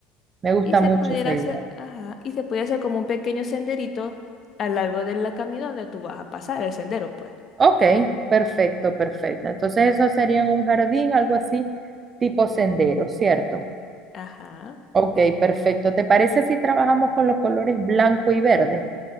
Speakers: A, on the right; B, on the left.
A: me gusta
B: Y se
A: mucho
B: pudiera
A: esa idea.
B: hacer, ajá, y se pudiera hacer como un pequeño senderito a lo largo del camino donde tú vas a pasar, el sendero, pues.
A: Ok, perfecto, perfecto. Entonces eso sería en un jardín, algo así, tipo sendero, ¿cierto?
B: Ajá.
A: Ok, perfecto. ¿Te parece si trabajamos con los colores blanco y verde?